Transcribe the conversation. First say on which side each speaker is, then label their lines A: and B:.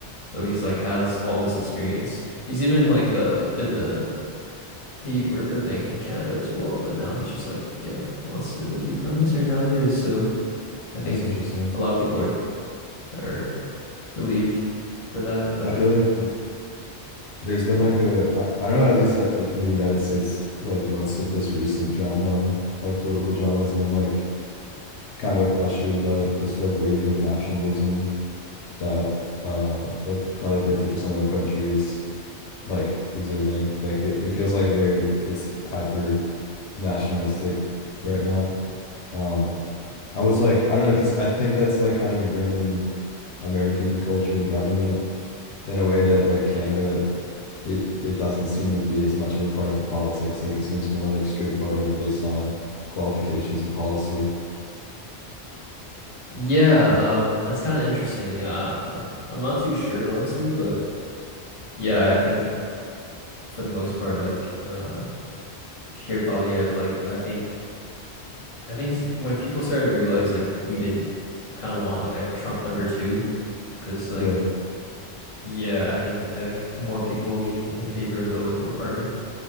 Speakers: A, on the left (about 30°); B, on the left (about 80°).
A: So he's like has all this experience. He's even like uh been the he worked for the bank in Canada as well, but now he's just like, yeah, he wants to be prime minister, and now he is. So I think
B: that's interesting
A: a lot of people are are relieved for that. But
B: I
A: then,
B: feel like there's been
A: yeah,
B: like a I, I don't know at least at, at- in the United States like most of this recent drama like political drama has been like kind of ushered by this like wave of nationalism that uh like probably 50% of the country is like exhibiting like it, it feels like they're it's hyper nationalistic right now um I was like I don't know because I think that's like kind of ingrained in American culture and government in a way that like Canada it it doesn't seem to be as much of a part of the politics. Like it seems more like straightforward and based on qualifications and policy.
A: yeah, um, that's kind of interesting. Yeah, um, I'm I'm not too sure honestly, but yeah, I think for the most part, like, uh, here probably have like I think I think s- when people started to realize like we didn't kind of want like a Trump number two, because like.
B: Yeah.
A: Yeah, I think I think more people lean in favor of the Liberal Party.